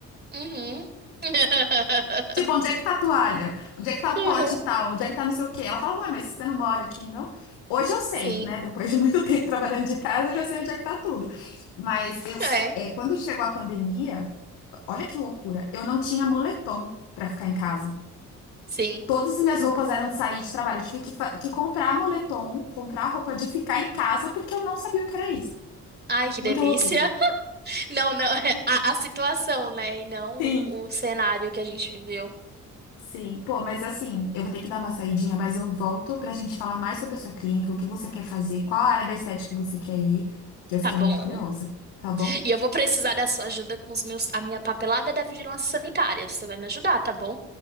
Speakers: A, on the right; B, on the left.
A: Uhum. <laughs>
B: Tipo, onde é que tá a toalha? Onde é que tá o
A: Uhum.
B: pote e tal? Onde é que tá não sei o quê? Ela fala, ué, mas você não mora aqui, não? Hoje eu sei,
A: Sim,
B: né? Depois de muito <laughs> tempo trabalhando de casa, eu já sei onde é que tá tudo. Mas eu,
A: é,
B: é, quando chegou a pandemia. Olha que loucura. Eu não tinha moletom pra ficar em casa.
A: sim.
B: Todas as minhas roupas eram de sair de trabalho. Eu tive que, fa- que comprar moletom, comprar roupa de ficar em casa, porque eu não sabia o que era isso.
A: Ai, que
B: Muita
A: delícia.
B: loucura.
A: Não, não, <laughs> a, a situação, né? E não
B: Sim,
A: o cenário que a gente viveu.
B: sim. Pô, mas assim, eu vou ter que dar uma saidinha, mas eu volto pra gente falar mais sobre a sua clínica, o que você quer fazer, qual a área da estética você quer ir, que eu fiquei
A: Tá bom.
B: muito curiosa, tá bom?
A: E eu vou precisar da sua ajuda com os meus, a minha papelada da vigilância sanitária. Você vai me ajudar, tá bom?